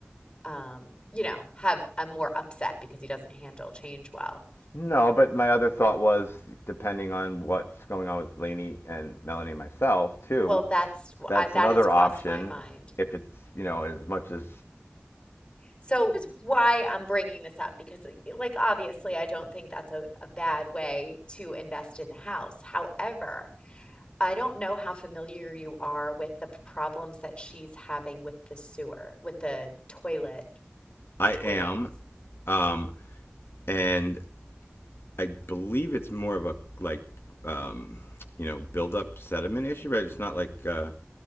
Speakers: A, on the left; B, on the left.
A: um, you know, have a more upset because he doesn't handle change well.
B: No, but my other thought was, depending on what's going on with Lainey and Melanie and myself too,
A: Well, that's
B: that's
A: I, that
B: another
A: has crossed
B: option.
A: my mind.
B: If it's you know as much as
A: So that's why I'm bringing this up because, like, obviously, I don't think that's a, a bad way to invest in the house. However, I don't know how familiar you are with the problems that she's having with the sewer, with the toilet,
B: I
A: the toilets.
B: am, um, and I believe it's more of a like um, you know buildup sediment issue, right? It's not like uh,